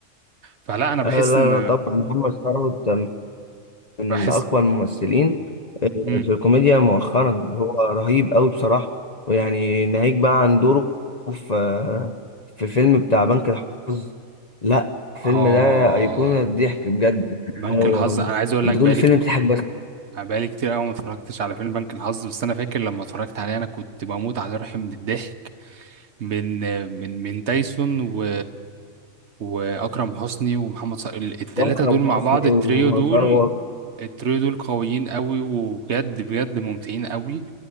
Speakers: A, on the right; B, on the left.
A: فلا انا بحس
B: آه لا
A: ان
B: لا طبعا محمد ثروت من
A: بحس
B: أقوى الممثلين آه،
A: مم.
B: في الكوميديا مؤخرا هو رهيب قوي بصراحة ويعني ناهيك بقى عن دوره في آه، في فيلم بتاع بنك الحظ لا الفيلم
A: اه
B: ده أيقونة الضحك بجد
A: بنك
B: هو
A: الحظ انا عايز اقول
B: أنت
A: لك بقالي
B: طول الفيلم بتضحك بس
A: انا بقالي كتير قوي ما اتفرجتش على فيلم بنك الحظ بس انا فاكر لما اتفرجت عليه انا كنت بموت على روحي من الضحك من من من تايسون و واكرم حسني ومحمد صلاح الثلاثه
B: وأكرم
A: دول مع
B: حسني
A: بعض التريو
B: وثروت
A: دول التريو دول قويين قوي وبجد بجد ممتعين قوي